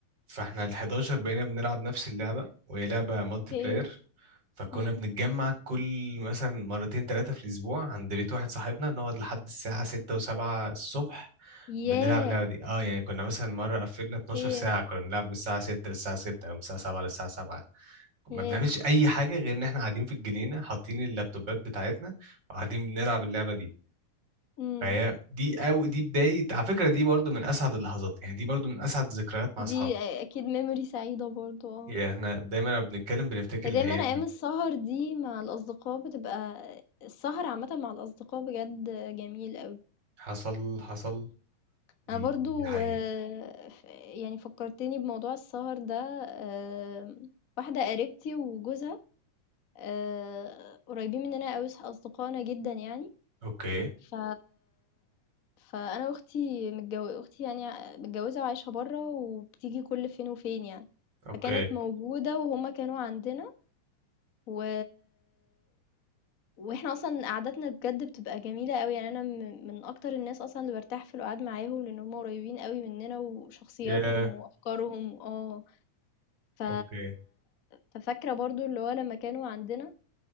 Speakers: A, on the right; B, on the left.
A: فاحنا ال 11 بقينا بنلعب نفس اللعبة وهي لعبة مالتي
B: أوكي.
A: بلاير فكنا
B: إمم.
A: بنتجمع كل مثلا مرتين ثلاثة في الأسبوع عند بيت واحد صاحبنا نقعد لحد الساعة 6 و7 الصبح بنلعب
B: ياه!
A: اللعبة دي اه يعني كنا مثلا مرة قفلنا 12
B: أوكي،
A: ساعة كنا بنلعب من الساعة 6 للساعة 6 أو من الساعة 7 للساعة 7 ما
B: ياه!
A: بنعملش اي حاجه غير ان احنا قاعدين في الجنينه حاطين اللابتوبات بتاعتنا وقاعدين بنلعب اللعبه دي
B: إمم.
A: فهي دي او دي بدايه على فكره دي برضو من اسعد اللحظات يعني دي برضو من اسعد الذكريات مع
B: دي
A: اصحابي
B: أ أكيد memory سعيدة برضه آه.
A: يعني احنا دايما لما بنتكلم بنفتكر
B: هي
A: الايام
B: دايمًا أيام
A: دي
B: السهر دي مع الأصدقاء بتبقى السهر عامةً مع الأصدقاء بجد جميل أوي.
A: حصل حصل دي
B: أنا برضه
A: حقيقة
B: ف يعني فكّرتني بموضوع السهر ده آمم، واحدة قريبتي وجوزها آآ، قريبين مننا أوي ص أصدقائنا جدًا يعني.
A: اوكي
B: ف فأنا وأختي متجو أختي يعني ع متجوزة وعايشة برّه، وبتيجي كل فين وفين يعني،
A: اوكي
B: فكانت موجودة وهُم كانوا عندنا و وإحنا أصلًا قعدتنا بجد بتبقى جميلة أوي، يعني أنا م من أكتر الناس أصلًا اللي بارتاح في القعاد معاهم، لإن هُم قريبين أوي مننا وشخصياتهم
A: يا
B: وأفكارهم آه، ف
A: اوكي
B: ففاكرة برضه اللي هو لمّا كانوا عندنا